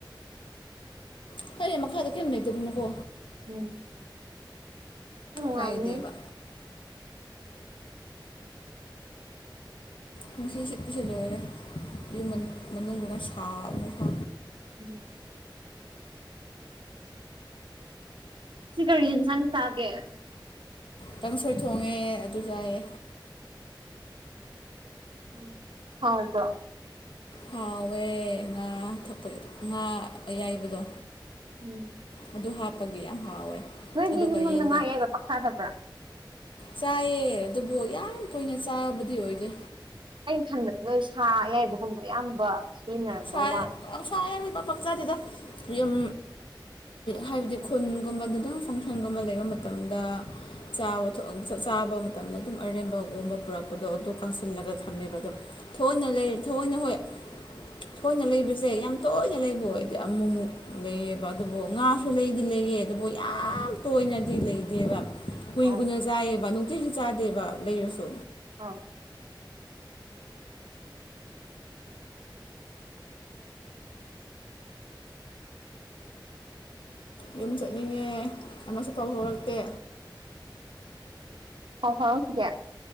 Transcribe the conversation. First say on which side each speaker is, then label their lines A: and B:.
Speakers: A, on the left; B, on the right.
A: <unintelligible> ꯃꯈꯥꯗ ꯀꯤꯝ ꯂꯩꯇꯕꯅꯤꯅꯀꯣ
B: ꯎꯝ ꯅꯨꯡꯉꯥꯏꯕꯅꯤ
A: ꯀꯥꯏꯗꯦꯕ ꯅꯨꯡꯁꯤꯠ ꯁꯤꯠꯄꯁꯦ ꯂꯣꯏꯔꯦ ꯌꯨꯝ ꯃꯅꯨꯡꯗꯅ ꯁꯥꯕꯅ ꯀꯣ
B: ꯎꯝ ꯉꯁꯤ ꯀꯔꯤ ꯏꯟꯁꯥꯡ ꯆꯥꯒꯦ
A: ꯀꯥꯡꯁꯣꯏ ꯊꯣꯡꯉꯦ ꯑꯗꯨ ꯆꯥꯏꯌꯦ
B: ꯎꯝ ꯍꯥꯎꯕ꯭ꯔꯣ
A: ꯍꯥꯎꯋꯦ ꯉꯥ ꯊꯥꯛꯄꯒꯤ ꯉꯥ ꯑꯌꯥꯏꯕꯗꯣ
B: ꯎꯝ
A: ꯑꯗꯨ ꯍꯥꯞꯄꯒꯤ ꯌꯥꯝ ꯍꯥꯎꯋꯦ
B: ꯅꯣꯏꯗꯤ
A: ꯑꯗꯨꯒ
B: ꯌꯨꯝ ꯂꯣꯝꯗ
A: ꯌꯦꯟꯗꯦꯝ
B: ꯉꯥ ꯑꯌꯥꯏꯕ ꯄꯥꯛ ꯆꯥꯗꯕ꯭ꯔꯥ
A: ꯆꯥꯏꯌꯦ ꯑꯗꯨꯕꯨ ꯌꯥꯝ ꯇꯣꯏꯅ ꯆꯥꯕꯗꯤ ꯑꯣꯏꯗꯦ
B: ꯑꯩꯅ ꯈꯟꯕꯗ ꯅꯣꯏ ꯁꯥ ꯑꯌꯥꯏꯕꯒꯨꯝꯕ ꯑꯌꯥꯝꯕ ꯁꯤꯖꯤꯟꯅꯔꯝꯗꯧ
A: ꯁꯥ
B: ꯃꯥꯜꯂꯦ
A: ꯁꯥ ꯑꯌꯥꯏꯕꯗꯤ ꯄꯥꯛ ꯄꯥꯛ ꯆꯥꯗꯦꯗ ꯌꯨꯝ ꯍꯥꯏꯕꯗꯤ ꯈꯨꯟꯒꯨꯝꯕꯗ ꯑꯗꯨꯝ ꯐꯪꯁꯟꯒꯨꯝꯕ ꯂꯩꯕ ꯃꯇꯝꯗ ꯆꯥ ꯊꯣꯛ ꯆꯥꯕ ꯃꯇꯝꯗ ꯑꯗꯨꯝ ꯑꯔꯦꯝꯕꯒꯨꯝꯕ ꯄꯨꯔꯛꯄꯗꯣ ꯑꯗꯨ ꯀꯪꯁꯤꯜꯂꯒ ꯊꯝꯃꯦꯕ ꯑꯗꯨꯝ ꯊꯑꯣꯏꯅ ꯂꯩꯔ ꯊꯑꯣꯏꯅ ꯍꯣꯏ ꯊꯑꯣꯏꯅ ꯂꯩꯕꯁꯦ ꯌꯥꯝ ꯇꯣꯏꯅ ꯂꯩꯕ ꯑꯣꯏꯗꯦ ꯑꯃꯨꯃꯨꯛ ꯂꯩꯌꯦꯕ ꯑꯗꯨꯕꯨ ꯉꯥ ꯁꯨ ꯂꯩꯗꯤ ꯂꯩꯌꯦ ꯑꯗꯨꯕꯨ ꯌꯥꯝ ꯇꯣꯏꯅꯗꯤ ꯂꯩꯗꯦꯕ ꯀꯨꯏꯅ
B: ꯑꯧ
A: ꯀꯨꯏꯅ ꯆꯥꯏꯌꯦꯕ ꯅꯨꯡꯇꯤꯒꯤ ꯆꯥꯗꯦꯕ ꯂꯩꯔꯁꯨ
B: ꯍꯥꯎ
A: ꯌꯨꯝ ꯆꯠꯅꯤꯡꯉꯦ ꯑꯃꯁꯨ ꯄꯥꯎ ꯐꯥꯎꯔꯛꯇꯦ
B: ꯄꯥꯎ ꯐꯥꯎꯔꯛꯈꯤꯗꯦ